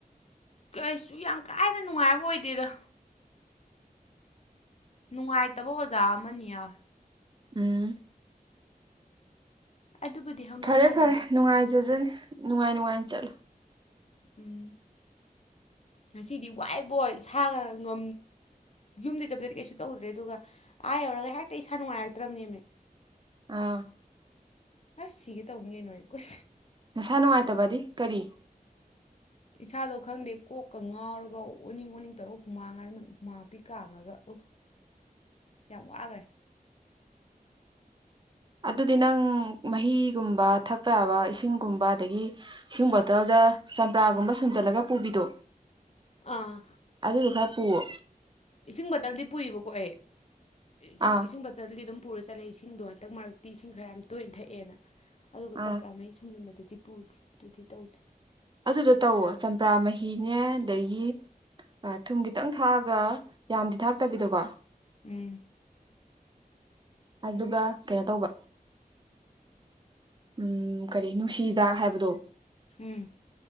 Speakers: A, on the left; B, on the right.
A: ꯀꯩꯁꯨ ꯌꯥꯝ ꯀꯥꯏꯅ ꯅꯨꯡꯉꯥꯏꯕ ꯑꯣꯏꯗꯦꯗ ꯅꯨꯡꯉꯥꯏꯇꯕ ꯑꯣꯖꯥ ꯑꯃꯅꯤ ꯌꯥꯎ
B: ꯎꯝ
A: ꯑꯗꯨꯕꯨꯗꯤ ꯍꯧꯅ
B: ꯐꯔꯦ
A: ꯁꯥꯅꯤꯗ
B: ꯐꯔꯦ ꯅꯨꯡꯉꯥꯏꯖꯁꯤꯅꯤ ꯅꯨꯡꯉꯥꯏ ꯅꯨꯡꯉꯥꯏ ꯆꯠꯂꯣ
A: ꯎꯝ ꯉꯁꯤꯗꯤ ꯋꯥꯏꯕꯣ ꯏꯁꯥꯒ ꯉ ꯌꯨꯝꯗ ꯆꯠꯄꯗꯗꯤ ꯀꯩꯁꯨ ꯇꯧꯗ꯭ꯔꯦ ꯑꯗꯨꯒ ꯑꯥ ꯌꯧꯔꯒ ꯍꯦꯛꯇ ꯏꯁꯥ ꯅꯨꯡꯉꯥꯏꯔꯛꯇ꯭ꯔꯕꯅꯦꯃꯦ
B: ꯑꯥ
A: ꯑꯁ ꯁꯤꯒꯦ ꯇꯧꯅꯤ ꯀꯩꯅꯣ ꯑꯩ ꯀꯣꯏ
B: ꯅꯁꯥ ꯅꯨꯡꯉꯥꯏꯇꯕꯗꯤ ꯀꯔꯤ
A: ꯏꯁꯥꯗꯣ ꯈꯪꯗꯦ ꯀꯣꯛꯀ ꯉꯥꯎꯔꯒ ꯑꯣꯅꯤꯡ ꯑꯣꯅꯤꯡ ꯇꯧꯔꯒ ꯍꯨꯃꯥꯡ ꯍꯥꯏ ꯍꯨꯃꯥꯡ ꯄꯄꯤ ꯀꯥꯡꯉꯒ ꯑ ꯌꯥꯝ ꯋꯥꯈ꯭ꯔꯦ
B: ꯑꯗꯨꯗꯤ ꯅꯪ ꯃꯍꯤꯒꯨꯝꯕ ꯊꯛꯄ ꯌꯥꯕ ꯏꯁꯤꯡꯒꯨꯝꯕ ꯑꯗꯒꯤ ꯏꯁꯤꯡ ꯕꯣꯇꯜꯗ ꯆꯝꯄ꯭ꯔꯥꯒꯨꯝꯕ ꯁꯨꯖꯜꯂꯒ ꯄꯨꯕꯤꯗꯣ
A: ꯑꯥ
B: ꯑꯗꯨꯗꯨ ꯈꯔ ꯄꯨꯔ
A: ꯏꯁꯤꯡ ꯇꯜꯗꯤ ꯄꯨꯏꯕꯀꯣ ꯑꯩ ꯏꯁꯤꯡ
B: ꯑꯥ
A: ꯏꯁꯤꯡ ꯆ ꯆꯗꯤ ꯑꯗꯨꯝ ꯄꯨꯔ ꯆꯠꯂꯦ ꯏꯁꯤꯡꯗꯣ ꯍꯟꯗꯛ ꯃꯔꯛꯇꯤ ꯏꯁꯤꯡ ꯈꯔ ꯌꯥꯝ ꯇꯣꯏꯅ ꯊꯛꯑꯦꯅ ꯑꯗꯨꯒ
B: ꯑꯥ
A: ꯆꯝꯄ꯭ꯔꯥ ꯃꯩ ꯁꯨꯝꯖꯤꯟꯕꯗꯨꯗꯤ ꯄꯨꯗꯦ ꯑꯗꯨꯗꯤ ꯇꯧꯗꯦ
B: ꯑꯗꯨꯗꯣ ꯇꯧꯋꯣ ꯆꯝꯄ꯭ꯔꯥ ꯃꯍꯤꯅꯦ ꯑꯗꯒꯤ ꯊꯨꯝ ꯈꯤꯇꯪ ꯊꯥꯛꯑꯒ ꯌꯥꯝꯗꯤ ꯊꯥꯛꯇꯕꯤꯗꯣꯀꯣ
A: ꯎꯝ
B: ꯑꯗꯨꯒ ꯀꯩꯅꯣ ꯇꯧꯕ ꯎꯝ ꯀꯔꯤ ꯅꯨꯡꯁꯤꯗꯥꯛ ꯍꯥꯏꯕꯗꯣ
A: ꯎꯝ